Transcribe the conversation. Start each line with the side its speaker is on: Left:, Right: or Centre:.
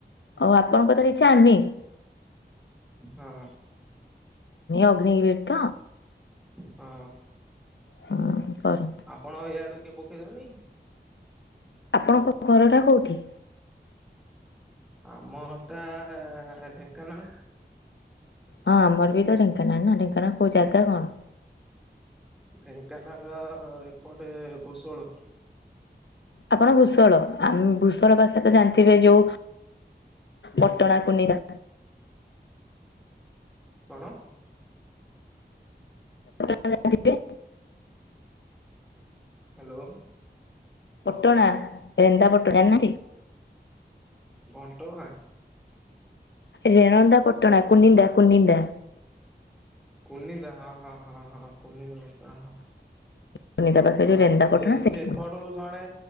Left: ହଉ ଆପଣଙ୍କ ତାର ଇଚଛାନି? <unintelligible>
Centre: ହଁ ହ।
Left: ଅଗ୍ନିବିର ତ
Centre: ହଁ
Left: ହୁଁ କରନ୍ତୁ।
Centre: ଆପଣ ଏଇଆଡୁ- କେଏ ପକ୍ଷେ ଯାଉନି
Left: ଆପଣଙ୍କ ଘରଟା କୋଉଠି?
Centre: ଆମ ହଟା ଢେଙ୍କାନାଳ।
Left: ହଁ ଆମର ବି ତ ଢେଙ୍କନାଳ ଢେଙ୍କାନାଳ କୋଉ ଜାଗା କଣ?
Centre: ଢେଙ୍କାନାଳ ଏପଟେ ଭୂଷଳ ରୁ।
Left: ଆପଣ ଭୂଷଳ ଆମେ ଭୂଷଳ ପାସ ତ ଜାଣିଥିବେ ଏ ଯୋଉଁ ପଟଣା କୁନିନ୍ଦା।
Centre: କଣ
Left: <inaudible>
Centre: ହ୍ୟାଲୋ
Left: ପାଟଣା ରେଣାନ୍ଦାପଟଣା ନାଁ କି?
Centre: ଘଣ୍ଟଗାଁ?
Left: ରେଣନ୍ଦା ପଟଣା କୁନିନ୍ଦା କୁନିନ୍ଦା।
Centre: କନିନ୍ଦା ହଁ ହଁ ହଁ ହଁ କନିନ୍ଦା ପଟଣା ହଁ।
Left: କୁନିନ୍ଦା ପାଖରେ ଯୋଉ
Centre: ହଁ
Left: ରେନ୍ଦା
Centre: ସିଏ
Left: ପଟଣା ସେଠି
Centre: ସେ ଏପଟୁ
Left: ଆମର
Centre: ଜଣେ